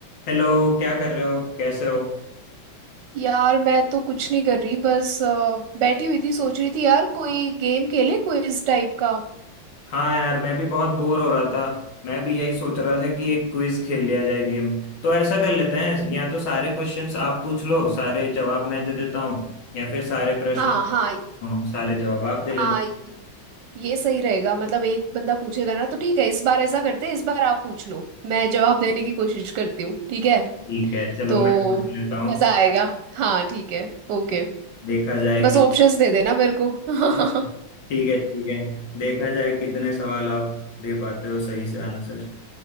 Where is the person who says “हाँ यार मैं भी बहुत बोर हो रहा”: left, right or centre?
Left